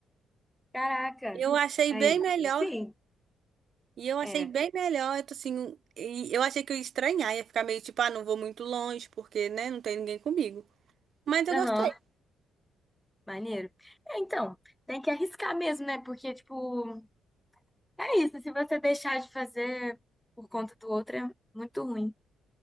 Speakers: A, in the centre; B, on the right (about 60°).
A: caraca.
B: Eu achei
A: Aí,
B: bem melhor.
A: sim,
B: E eu achei
A: é.
B: bem melhor, eu tô assim, um, e eu achei que eu ia estranhar, ia ficar meio tipo, ah, não vou muito longe, porque, né, não tem ninguém comigo. Mas eu
A: Aham.
B: gostei.
A: Maneiro. É, então, tem que arriscar mesmo, né? Porque, tipo, é isso. Se você deixar de fazer por conta do outro, é muito ruim.